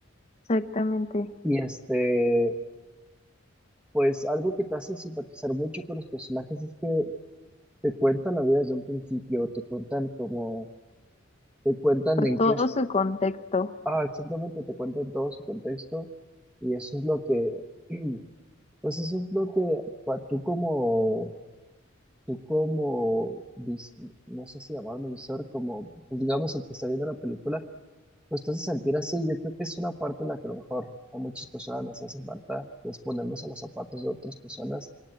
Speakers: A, on the left (about 35°); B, in the centre.
A: Exactamente.
B: Y este, pues algo que te hace simpatizar mucho con los personajes es que te cuentan la vida desde un principio, te cuentan como, te cuentan
A: Pues
B: en
A: todo
B: qué
A: su contexto.
B: Ah, exactamente, te cuentan todo su contexto y eso es lo que, <clears throat> pues eso es lo que pa- tú como, tú como, vis- no sé si llamarlo visor, como, pues digamos el que está viendo la película, pues te hace sentir así. Yo creo que es una parte en la que a lo mejor a muchas personas nos hace falta, que es ponernos a los zapatos de otras personas